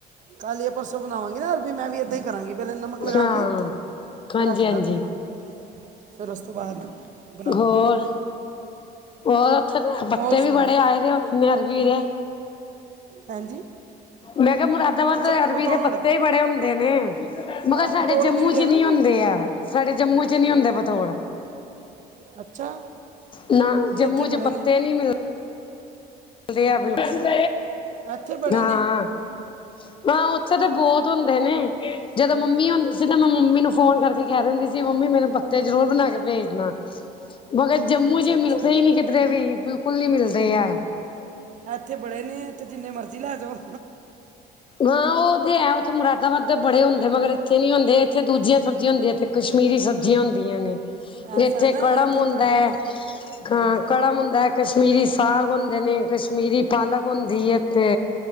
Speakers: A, on the right (about 45°); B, on the left (about 30°).
A: ਕੱਲ ਯਾ ਪਰਸੋਂ ਬਨਾਵਾਂਗੀ ਨਾ ਅਰਬੀ, ਮੈਂ ਵੀ ਐਦਾਂ ਹੀ ਕਰਾਂਗੀ। ਪਹਿਲੇ ਨਮਕ ਲਗਾ
B: ਹਾਂ,
A: ਕੇ
B: ਹਾਂਜੀ-ਹਾਂਜੀ
A: ਰੱਖ ਦਾਂਗੀ ਓਹਨੂੰ ਫੇਰ ਉਸ ਤੋਂ ਬਾਅਦ ਬਣਾਵਾਂਗੀ
B: ਹੋਰ, ਹੋਰ ਓਥੇ ਤੇ ਪੱਤੇ
A: ਹੋਰ
B: ਵੀ
A: ਸੁਣਾ
B: ਬੜੇ ਆਏ ਨੇ ਆਪਨੇ ਅਰਬੀ ਦੇ।
A: ਹਾਂਜੀ
B: ਮੈਂ ਕਿਆ ਮੁਰਾਦਾਬਾਦ
A: ਅੱਛਾ
B: ਤੇ ਅਰਬੀ
A: ਪਤੌੜ
B: ਦੇ ਪੱਤੇ ਈ ਬੜੇ ਹੁੰਦੇ ਨੇ। ਮਗਰ
A: ਹਾਂ ਪਤੌੜ
B: ਸਾਡੇ ਜੰਮੂ
A: ਕਹਿੰਦੇ
B: 'ਚ'
A: ਆ ਨਾ ਉਹਨੂੰ
B: ਨੀ ਹੁੰਦੇ ਆ, ਸਾਡੇ ਜੰਮੂ 'ਚ' ਨੀ ਹੁੰਦੇ ਪਤੋੜ।
A: ਅੱਛਾ
B: ਨਾ ਜੰਮੂ
A: ਇੱਥੇ
B: 'ਚ
A: ਬੜੇ
B: ਪੱਤੇ
A: ਨੇ
B: ਨੀ ਮਿਲਦੇ। ਕਲੇ ਐ ਬਿਲਕੁਲ,
A: ਅੱਛਾ ਇੱਥੇ ਬੜੇ
B: ਹਾਂ
A: ਨੇ
B: ਹਾਂ, ਉੱਥੇ ਤੇ ਬਹੁਤ ਹੁੰਦੇ ਨੇ, ਜਦੋਂ ਮੰਮੀ ਹੁੰਦੀ ਸ ਸੀ ਤੇ ਮੈਂ ਮੰਮੀ ਨੂੰ ਫੋਨ ਕਰਕੇ ਕੈ ਦਿੰਦੀ ਸੀ ਮੰਮੀ ਮੇਨੂੰ ਪੱਤੇ ਜਰੂਰ ਬਨਾ ਕੇ ਭੇਜਨਾ। ਮਗਰ ਜੰਮੂ
A: ਅੱਛਾ
B: 'ਚ
A: ਅੱਛਾ
B: ਮਿਲਦੇ ਈ ਨੀ ਕਿਧਰੇ ਵੀ, ਬਿਲਕੁਲ ਨੀ ਮਿਲਦੇ ਐ।
A: ਐਥੇ ਬੜੇ ਨੇ, ਐਥੇ ਜਿੰਨੇ ਮਰਜ਼ੀ ਲੈ ਜਾਓ।
B: ਹਾਂ, ਓਹ ਤੇ ਹੈ ਉੱਥੇ ਮੁਰਾਦਾਬਦ ਤੇ ਬੜੇ ਹੁੰਦੇ। ਮਗਰ ਇੱਥੇ ਨੀ ਹੁੰਦੇ। ਇੱਥੇ ਦੂਜੀਆਂ ਸਬਜੀਆਂ ਹੁੰਦੀਆਂ। ਕਸ਼ਮੀਰੀ ਸਬਜੀਆਂ ਹੁੰਦੀਆਂ ਨੇ।
A: ਐਸਾ
B: ਇੱਥੇ
A: ਨਾ
B: ਕੜਮ
A: ਇੱਥੇ
B: ਹੁੰਦੈ,
A: ਤੁਹਾਡੇ
B: ਹਾਂ,
A: ਹਾਂਜੀ
B: ਕੜਮ ਹੁੰਦੈ ਕਸ਼ਮੀਰੀ ਸਾਗ ਹੁੰਦੇ ਨੇ, ਕਸ਼ਮੀਰੀ ਪਾਲਕ ਹੁੰਦੀ ਏ ਇੱਥੇ